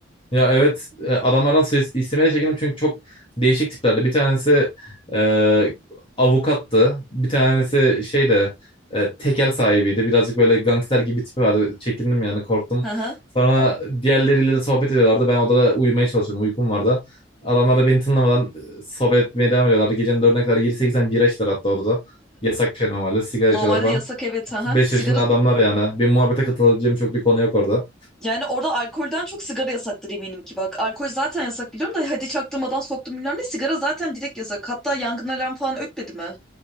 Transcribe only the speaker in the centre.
<laughs>
Normalde
yasak evet ha.
Sigara
yani orada alkolden çok sigara yasaktır eminim ki bak. Alkol zaten yasak biliyorum da hadi çaktırmadan soktum bilmem ne. Sigara zaten direkt yasak. Hatta yangın alarm falan ötmedi mi?